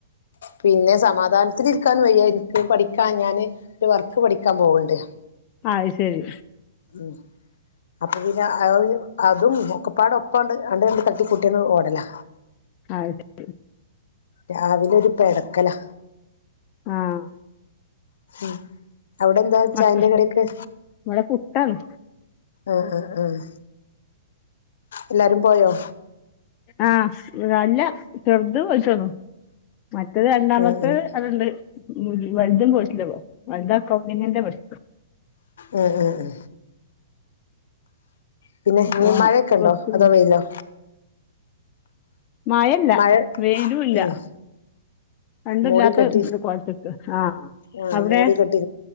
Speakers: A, on the left; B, on the left.
A: പിന്നെ സമാധാനത്തിൽ ഇര് ക്കാൻ വയ്യ എൻക്ക് പഠിക്കാൻ ഞാൻ ഒരു വർക്ക് പഠിക്കാൻ പോവ്ണ്ട്
B: ആ അയ്ശെരി
A: ഉം അപ്പൊ പിന്നെ <unintelligible> അതും ഒക്കെപ്പാടെ ഒപ്പാണ്ട് ആണ്ട് തട്ടി കൂട്ടി ഓടലാ
B: അയ്ശെരി
A: രാവിലെ ഒരു പെടക്കലാ
B: ആഹ്
A: ഉം അവിടെ എന്താ
B: മക്ക
A: ചായെന്റെ കടിയൊക്കെ
B: ഇവിടെ പുട്ടാണ്
A: ആഹ് ആഹ് ആഹ് എല്ലാരും പോയോ?
B: ആഹ് അല്ല ചെറുത് പോയി <unintelligible> മറ്റേത് രണ്ടാമത്തെ
A: ഉം ഉം
B: അത്ണ്ട് ഉം വലുതും പോയിട്ടില്ലപ്പം വലുത് അക്കൗണ്ടിങ്ങിന്റെ പഠിക്കാ
A: ഉം ഉം ഉം പിന്നെ ഇനി
B: ഓൻ
A: മഴൊക്കെ ഉണ്ടോ
B: പ്ലസ്ടു കഴിഞ്ഞ്
A: അതോ വെയിലോ?
B: മഴല്ല
A: മഴ
B: വെയിലും ഇല്ല
A: ഉം
B: രണ്ടും
A: മൂടിക്കെട്ടി
B: ഇല്ലാത്ത കോലത്ത്ക്കാ ആഹ്
A: ആ
B: അവിടെ
A: മൂടിക്കെട്ടി